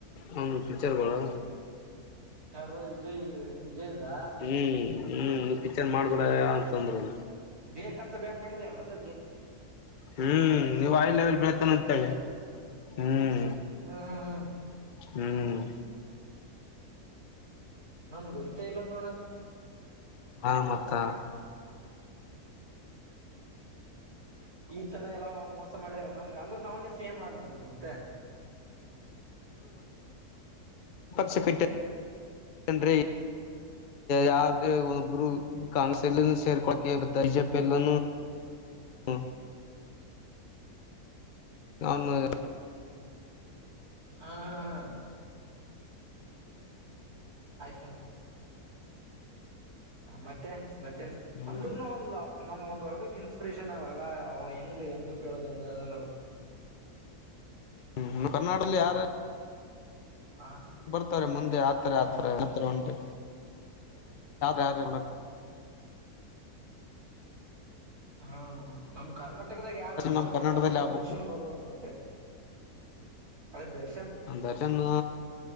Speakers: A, on the left; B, on the right.
A: ಅವನ್ ಪಿಚರ್ಗಳು
B: ಯಾರ ವಿಜಯ್ ವಿಜಯಿಂದ
A: ಹ್ಮ್ ಹ್ಮ್ ಈ ಪಿಕ್ಚರ್ ಮಾಡ್ಕೂಡ ಅಂತಂದ್ರರು
B: ಬೇಕಂತ ಬ್ಯಾನ್ ಮಾಡಿದವ ಅದ
A: ಹ್ಮ್ ನೀವು ಹೈ ಲೆವೆಲ್ ಬೆಳ್ತಾನ ಹೋಗಡ್ತವೆ ಹ್ಮ್
B: ಹ್ಮ್ ಹ್ಮ್ ಹ್ಮ್
A: ಹ್ಮ್
B: ನನ್ ಗೊತ್ತೇ ಇಲ್ಲ ನೋಡ
A: ಹಾ <unintelligible> ಹ
B: ಈ ತರ ಎಲ್ಲಾ ಮೋಸ ಮಾಡ್ಯಾರ ನನ್ಗೆ ಅಂದ್ರೆ ನಾವನೇ ಸಿಎಮ ಅನ್ನ ಈಗ ಮತ್ತೆ
A: ಪಕ್ಷ ಕಟ್ಟ ಹೆನ್ರಿ ಯಾರದೇ ಒಬ್ಬರು ಕಾಂಗ್ರೆಸ್ ಎಲ್ಲೂ ಸೇರ್ಕೊಳ್ಳಳಕೆ ಬ ಬಿಜೆಪಿಯಲ್ಲೂ ಹ್ಮ ರಾಮನಗರ
B: ಹಾ ಹಾ ಹಾ ಆಯ್ತು ಮತ್ತೆ ಮತ್ತೆನ್
A: ಹ್ಮ್
B: ಅಂದ್ರನು ಒಂದ್ಲ ನಮ್ ಒಂದ್ ವರ್ಗಕ್ ಇನ್ಸ್ಪಿರೇಷನ್ ಅವಲ್ಲ ಅವ ಹೆಂಗ ಹೆಂಗ ಬದ ಹಂಗ ಅದ ನೋ <inaudible>
A: ಹ್ಮ ನ ಕರ್ನಾಟಲ್ಲಿ ಯಾರ
B: ಹ
A: ಬರ್ತಾರೆ ಮುಂದೆ ಆತರ ಆತರ ಅತರ ಉಂಟೆ <unintelligible>
B: ಹಾ ನಮ್ ಕರ್ನಾಟಕದಾಗ ಯಾರ ಆತರ
A: ನಮ್ ಕರ್ನಾಟಕದಲ್ಲಿ
B: ಬ ಬಂದ್ರ
A: ಆಗ್ಬೇಕು
B: ದರ್ಶನ್ ಬರ್ಬೋದು ಬೋತೆ ಅದೇ ದರ್ಶ
A: ಅ ದರ್ಶನ